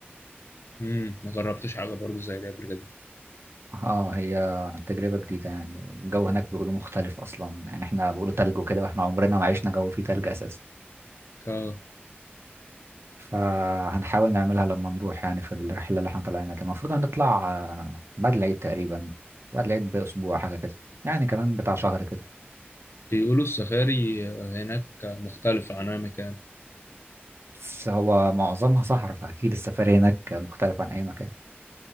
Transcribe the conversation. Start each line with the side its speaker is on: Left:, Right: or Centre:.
Left: امم ما جربتش حاجة برضو زي دي قبل كده
Right: اه هي تجربة جديدة يعني الجو هناك بيقولوا مختلف اصلا يعني احنا بيقولوا تلج وكده واحنا عمرنا ما عشنا جو فيه تلج اساسا
Left: ك-
Right: فهنحاول نعملها لما نروح يعني في الرحلة اللي احنا طالعينها دي المفروض هنطلع آه، بعد العيد تقريبا بعد العيد بأسبوع حاجة كده يعني كمان بتاع شهر كده
Left: بيقولوا السفاري هناك مختلفة عن أي مكان
Right: بس هو معظمها صحراء فأكيد السفاري هناك مختلف عن أي مكان